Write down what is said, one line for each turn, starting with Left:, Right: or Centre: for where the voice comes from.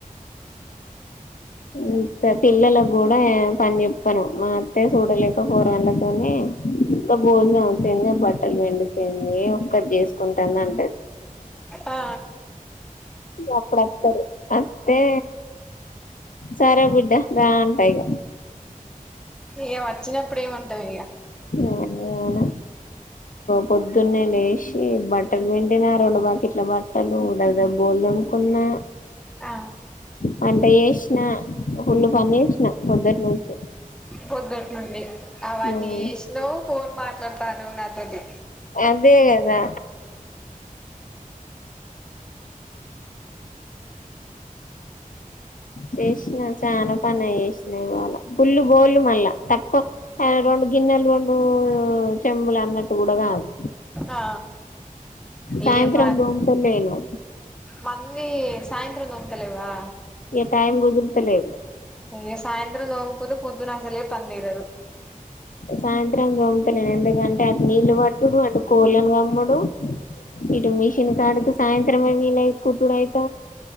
Left: ఇంత పిల్లలకు కూడా పని చెప్పాను మా అత్తే చూడలేక పోరాళ్లతోనే గా బోళ్ళుతోముతేందే బట్టలు పిండుతెందే ఒక్కత్ చేసుకుంటంది అంటది
Centre: ఆ
Left: అప్పుడతారు అత్తే సరే బిడ్డ ద అంట ఇగ
Centre: ఇగ వచ్చినప్పుడు ఏమంటవ్ ఇగ
Left: అదే అన పొద్దున్నే లేచి బట్టలు పిండినా రెండు బకెట్ల బట్టలు దగ ద బోల్ తో కున్నా
Centre: ఆ
Left: వంట చేసిన ఫుల్ల్ పని వేసిన పోద్దటి నుంచి
Centre: పొద్దట్ నుండి అవన్నీ
Left: మ్మ్
Centre: చేసినావు ఫోన్ మాట్లాడుతనవ్ నాతోటి
Left: అదే గదా చేసిన చాన పనే చేసినా ఇవాళ ఫుల్లు బోళ్ళు మళ్ళా తక్కువ ఆ రెండు గిన్నెల్ రెండు చెంబులన్నట్టు కూడా కాదు
Centre: ఆ
Left: సాయంత్రం
Centre: ఇగ ప
Left: దోముతలేను
Centre: మందిీ సాయంత్రం దొముతలేవా
Left: ఇగ టైమ్ కుదుర్తలేదు
Centre: ఇ సాయంత్రం నోంగపోతే పొద్దున అసలేే పని తెగదు
Left: సాయంత్రం దొమ్ముతలేను ఎందుకంటే అటు నీళ్లు పట్టుడు అటు కోళని కమ్ముడు ఇటు మిషిన్ కడుకు సాయంత్రమే మీలయి కుతుడయి